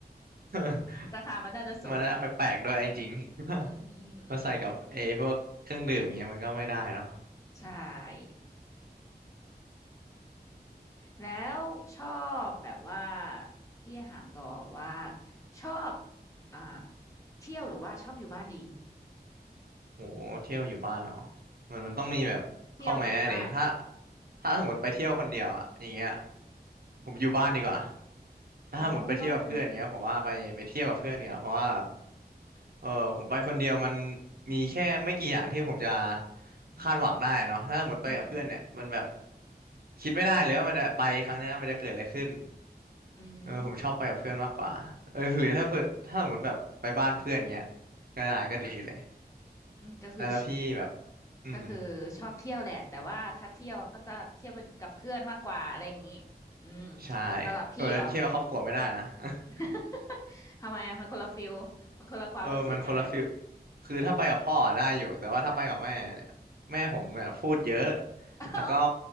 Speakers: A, on the right; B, on the left.
A: <laughs>
B: <laughs> ราคามันน่าจะสูง
A: มันน่าแปลกๆด้วยจริงๆ
B: อืมอืมอืม
A: <laughs> มาใส่กับเอพวกเครื่องดื่มอย่างเงี้ยมันก็ไม่ได้เนาะ
B: ใช่แล้วชอบแบบว่าพี่ถามต่อว่าชอบอ่าเที่ยวหรือว่าชอบอยู่บ้านดี
A: โหเที่ยวอยู่บ้านเหรอมันมันต้องมีแบบข้อแม้ดิถ้า
B: เที่ยวกับอยู่บ้าน
A: ถ้าสมมติไปเที่ยวคนเดียวอะอย่างเงี้ยผมอยู่บ้านดีกว่าถ้าสมมติไปเที่ยวกับเพื่อนเงี้ยผมว่าไปไปเที่ยวกับเพื่อนเนี่ยเพราะว่าแบบ
B: อ๋อ
A: เออผมไปคนเดียวมันมีแค่ไม่กี่อย่างที่ผมจะคาดหวังได้อะเนาะถ้าสมมติไปกับเพื่อนเนี่ยมันแบบ
B: อืมอืม
A: คิดไม่ได้เลยว่ามันจะไปครั้งเนี้ยมันจะเกิดอะไรขึ้น
B: อืมอืม
A: เออผมชอบไปกับเพื่อนมากกว่าเออ <laughs> หรือถ้าเพื่อนถ้าสมมติแบบไปบ้านเพื่อนเงี้ยก็ได้ก็ดีเลย
B: ก็คือช
A: แล้วแล้วพี่แบบอืม
B: ก็คือชอบเที่ยวแหละ แต่ว่าถ้าเที่ยวก็จะเที่ยวเป็นกับเพื่อนมากกว่าอะไรอย่างนี้อืม
A: ใช่
B: สำหรับพี่เหรอ
A: เออเที่ยวครอบครัวไม่ได้นะ <laughs>
B: <laughs> ทำไมอ่ะ มันคนละฟิลมันคนละความรู้สึกกันเลย
A: เออมันคนละฟิลคือถ้าไปกับพ่ออะได้อยู่แต่ว่าถ้าไปกับแม่เนี่ยแม่ผมเนี่ยพูดเยอะ
B: เออเออ <laughs> เอา
A: แล้วก็